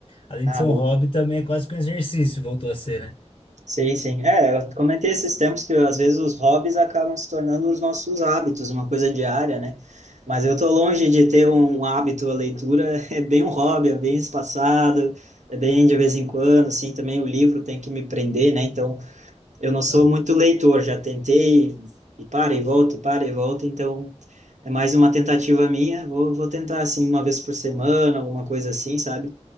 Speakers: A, on the left; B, on the right.
A: além
B: Ah,
A: de ser
B: boa.
A: um hobby, também é quase que um exercício, voltou a ser, né?
B: Sim, sim. É, eu comentei esses tempos que às vezes os hobbies acabam se tornando os nossos hábitos, uma coisa diária, né? Mas eu tô longe de ter um hábito, a leitura <laughs> é bem um hobby, é bem espaçado, é bem de vez em quando, assim, também o livro tem que me prender, né? Então, Eu não sou
A: Claro.
B: muito leitor, já tentei e para e volta, e para e volta, então é mais uma tentativa minha. Vou, vou tentar, assim, uma vez por semana, alguma coisa assim, sabe?